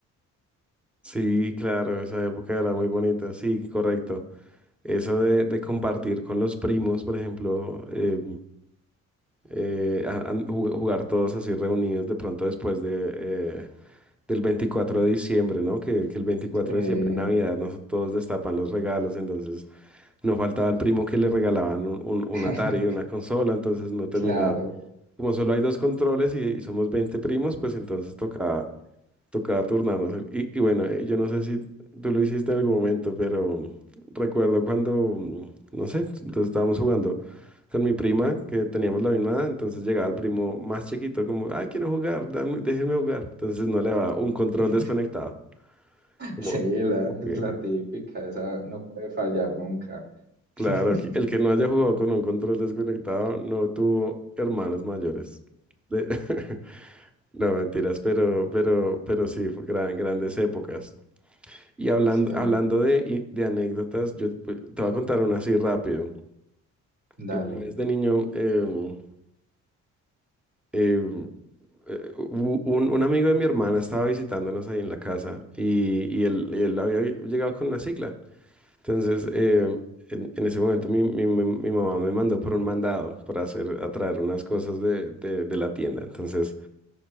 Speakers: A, in the centre; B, on the right.
A: Sí, claro, esa época era muy bonita, sí, correcto. Eso de, de compartir con los primos, por ejemplo, eh, eh, a- a- ju- jugar todos así reunidos de pronto después de, eh, del 24 de diciembre, ¿no? Que, que el 24
B: Eh,
A: de diciembre, Navidad, nos todos destapan los regalos, entonces no faltaba el primo que le regalaban un, un, un
B: <laughs>
A: Atari, una consola, entonces no terminaba
B: claro,
A: Como solo hay dos controles y, y somos 20 primos, pues entonces toca, toca turnarnos. el- Y, y bueno, eh, yo no sé si tú lo hiciste en algún momento, pero mm, recuerdo cuando, mm, no sé, entonces estábamos jugando con mi prima, que teníamos la misma edad, entonces llegaba el primo más chiquito, como, ah, quiero jugar, dame- déjeme jugar. Entonces no le daba un control
B: <laughs>
A: desconectado. Como,
B: sí, la,
A: "Ok".
B: la típica, esa no puede fallar nunca.
A: Claro,
B: <laughs>
A: que- el que no haya jugado con un control desconectado no tuvo hermanos mayores. De- <laughs> No, mentiras, pero, pero, pero sí, fue gran- grandes épocas. Y hablando,
B: Sí,
A: hablando de, i- de anécdotas, yo pu- te voy a contar una así rápido.
B: dale.
A: Eh, Una vez de niño, em, em, eh, u- un, un amigo de mi hermana estaba visitándonos ahí en la casa y, y él, él había vi- llegado con una cicla. Entonces, em, en, en ese momento mi, mi- mi- mi mamá me mandó por un mandado para hacer, a traer unas cosas de, de de la tienda. Entonces...